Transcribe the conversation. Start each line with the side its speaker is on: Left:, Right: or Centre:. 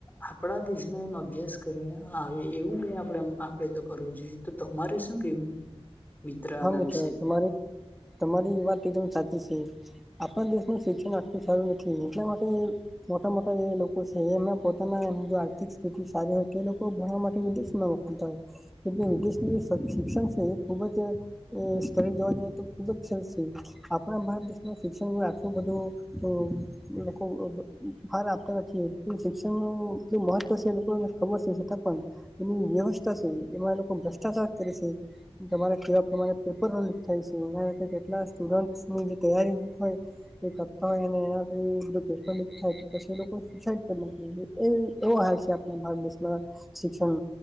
Left: આપણા દેશમાં એમ અભ્યાસ કરવા આવે એવું કઈ આપણેે આપે તો કરવું જોઈએ તો તમારે શું કેવું મિત્ર આના
Centre: હા મિત્રો
Left: વિશે?
Centre: તમારી તમારી વાત એકદમ સાચી છે. આપણુ દેશનું શિક્ષણ આપું સારું નથી એટલા માટે મોટા મોટા જે લોકો છે એના પોતાના આર્થિક સ્થિતિ સારી હોય તે લોકો ભણવા માટેે વિદેશ માં ઇંગ્લિશનું જે સબ શિક્ષણ છે એ ખુબ જ સ્થળ જવા જાય તો ખુબ જ છે આપણા ભારત દેશમાં શિક્ષણમાં આટલું બધું લોકો અ ભાર આપતા નથી શિક્ષણ નુ કેટલું મહત્વ છે એ લોકોને ખબર છે છતાં પણ એની વ્યવસ્થા છે એમાં એ લોકો ભ્રષ્ટાચાર કરે છે તમારે તેવા પ્રમાણે પેપરો લીક થાય છે એના કેટલા સ્ટુડન્ટની જે તૈયારી હોય એ કરતા હોય અને એનાથી બધા પેપર લીક થાય પછી એ લોકો સુસાઈડ કરી નાખ એ એવો હાલ છે આપણા ભારત દેશમાં શિક્ષણ